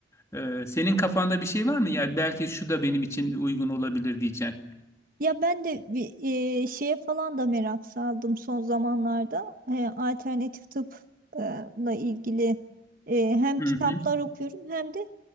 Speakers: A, on the left; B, on the right.
A: E, senin kafanda bir şey var mı? Ya belki şu da benim için uygun olabilir diyeceksin.
B: Ya ben de bir e, şeye falan da merak saldım son zamanlarda. E, alternatif tıpla ilgili e, hem
A: Hı
B: kitaplar
A: hı.
B: okuyorum hem de